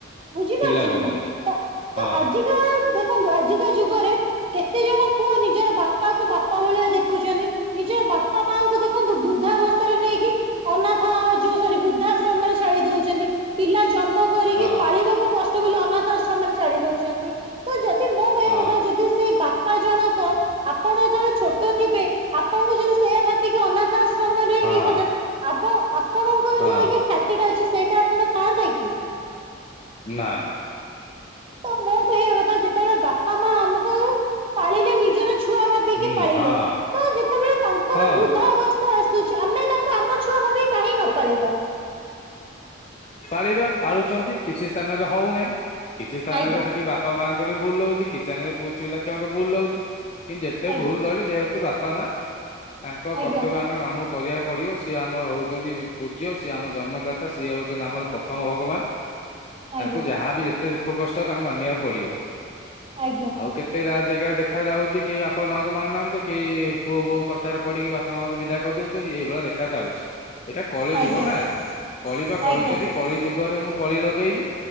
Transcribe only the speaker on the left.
ପିଲା ଭୋଗନ୍ତି
ହଁ
ହଁ
ହଁ
ହଁ
ହଁ
ନାଁ ନାଁ।
ହୁଁ
ହଁ
ହଁ
ପାଳିବା ପାଳୁଛନ୍ତି କିଛି ସ୍ଥାନରେ ହଉନେଇଁ କିଛି ସ୍ଥାନରେ
ସେଠି ବାପା ବାପା ମାଆଙ୍କର ବି ଭୁଲ ରହୁଛି କିଚେନ୍ ରେ ପୁ ପିଲା ଛୁଆଙ୍କ ଭୁଲ ହଉଛି କିନ୍ତୁ ଯେତେ
ଭଲ ରହିଲେ ଯେହେତୁ ବାପା ବାପା ମା ତାଙ୍କ
କର୍ତ୍ତବ୍ୟ ଆମେ ଆମକୁ କରିବାକୁ ପଡିବ ସିଏ ଆମର ହଉଛନ୍ତି ପୂଜ୍ୟ ସିଏ ଆମ ଜନ୍ମଦାତା ସିଏ ହଉଛନ୍ତି ଆମର ପ୍ରଥମ ଭଗବାନ
ତାଙ୍କୁ ଯାହାବି ଯେ କେତେ ଦୁଃଖ କଷ୍ଟ ତାଙ୍କୁ ମାନିବାକୁ ପଡିବ
ଆଉ କେତେ ଏତେ ରା ଜାଗା ଦେଖା ଯାଉଛି କେହି ବାପା ମାଆଙ୍କୁ ମାନୁନାହାନ୍ତିୁ କେହି ପୁଅ ବୋଉ କଥାରେ ପଡିକି ବାପା ବାପା ମାଆଙ୍କୁ ବିଦା କରିଦଉଛନ୍ତି ଏଇଭଳିଆ ଦେଖା ଯାଉଛି, ଏଇଟା କଳି
ଯୁଗ ନା। କଳି ପା କହିଛନ୍ତି
କଳି ଯୁଗରେ ମୁଁ କଳି ଲଗେଇବି